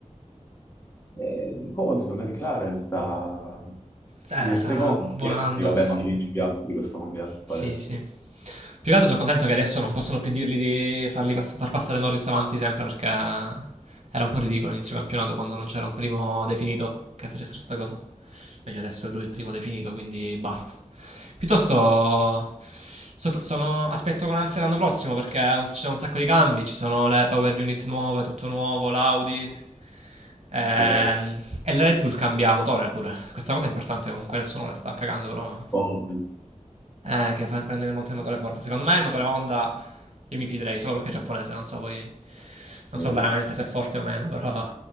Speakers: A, on the left; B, on the right.
A: Eh, Coso, McLaren sta
B: Eh,
A: prima
B: sta
A: e secondo,
B: volando.
A: Piastri, vabbè, ma ne vince Piastri questo mondiale,
B: Sì,
A: palese.
B: sì. Più che altro sono contento che adesso non possono più dirgli di farli pass- far passare Norris avanti sempre perché era un po' ridicolo inizio campionato quando non c'era un primo definito che facessero sta cosa. Invece adesso è lui il primo definito, quindi basta. Piuttosto so- sono- aspetto con ansia l'anno prossimo perché un- ci sono un sacco di cambi, ci sono le power unit nuove, tutto nuovo, l'Audi. Ehm,
A: Sì.
B: e la Red Bull cambia motore pure. Questa cosa è importante, comunque nessuno la sta cagando, però
A: Poi,
B: eh, che fa prendere il motore, il motore forte. Secondo me il motore Honda io mi fiderei solo perché è giapponese, non so poi.
A: sì.
B: Non so veramente se è forte o meno, però